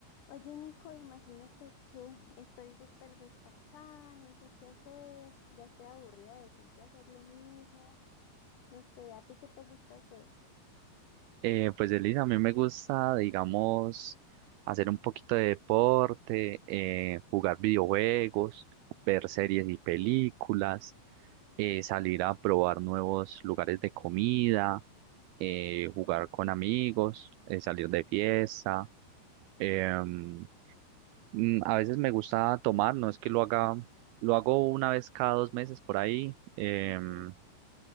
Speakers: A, on the left; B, on the right.
A: Oye, Nico, imagínate que <laughs> estoy súper desparchada, no sé qué hacer, ya estoy aburrida de siempre hacer lo mismo. No sé, ¿a ti qué te gusta hacer?
B: Eh, pues Elisa, a mí me gusta, digamos, hacer un poquito de deporte, eh, jugar videojuegos, ver series y películas, eh, salir a probar nuevos lugares de comida, eh, jugar con amigos, eh, salir de fiesta. em, mm, a veces me gusta tomar, no es que lo haga, lo hago una vez cada dos meses por ahí. em,
A: Ujú.